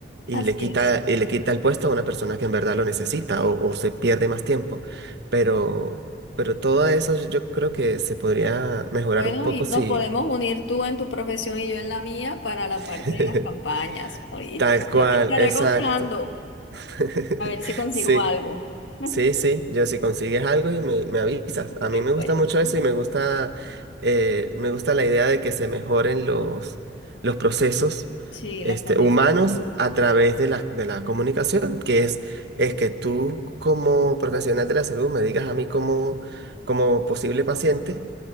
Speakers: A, on the right (about 60°); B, on the left (about 80°).
A: y
B: Así
A: le quita,
B: es.
A: y le quita el puesto a una persona que en verdad lo necesita o, o se pierde más tiempo. Pero, pero todo eso yo yo creo que se podría mejorar
B: Bueno,
A: un poco
B: y nos
A: si...
B: podemos unir tú en tu profesión y yo en la mía para la
A: <laughs>
B: parte de las campañas, ¿oíste?
A: Tal
B: Yo
A: cual,
B: te estaré
A: exacto.
B: contando,
A: <laughs>
B: a ver si consigo
A: Sí.
B: algo. <laughs>
A: Sí, sí, yo si consigues algo y me, me avisas.
B: Yo
A: A
B: Te
A: mí me
B: cuento.
A: gusta mucho eso y me gusta, eh, me gusta la idea de que se mejoren los, los procesos
B: Sí, las
A: este,
B: condiciones.
A: humanos a través de la, de la comunicación, que es, es que tú como profesional de la salud me digas a mí como, como posible paciente